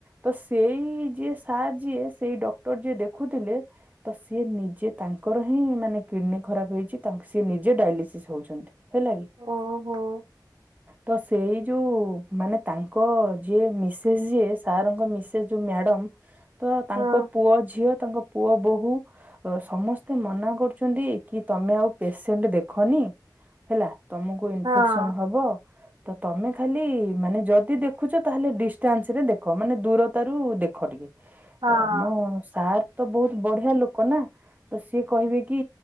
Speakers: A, on the right; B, on the right.
A: ତ ସେଇ ଯିଏ ସାର୍ ଯିଏ ସେଇ ଡକ୍ଟର ଯିଏ ଦେଖୁଥିଲେ ତ ସିଏ ନିଜେ ତାଙ୍କର ହିଁ ମାନେ କିଡନୀ ଖରାପ ହେଇଛି ସିଏ ନିଜେ ଡାଇଲିସିସ୍ ହଉଛନ୍ତି। ହେଲା କି?
B: ହଁ ଓହୋ।
A: ତ ସେଇ ଯୋଉ ମାନେ ତାଙ୍କ ଯିଏ ମିସେସ୍ ଯିଏ ସାରଙ୍କ ମିସେସ୍ ଯୋଉ ମ୍ୟାଡମ। ତ ତାଙ୍କ
B: ହଁ
A: ପୁଅ ଝିଅ ତାଙ୍କ ପୁଅ ବୋହୂ ସମସ୍ତେ ମନା କରୁଛନ୍ତି କି ତମେ ଆଉ ପେସେଣ୍ଟ ଦେଖନି ହେଲା। ତମକୁ ଇନଫେକ୍ସନ
B: ହଁ
A: ହବ। ତ ତମେ ଖାଲି ମାନେ ଯଦି ଦେଖୁଛ ତାହେଲେ ଡିଷ୍ଟାନ୍ସ ରେ ଦେଖ ମାନେ ଦୂରତା ର ଦେଖ ଟିକେ
B: ହଁ।
A: ତ ଆମ ସାର୍ ତ ବହୁତ ବଢିଆ ଲୋକ ନା। ତ ସିଏ କହିବେ କି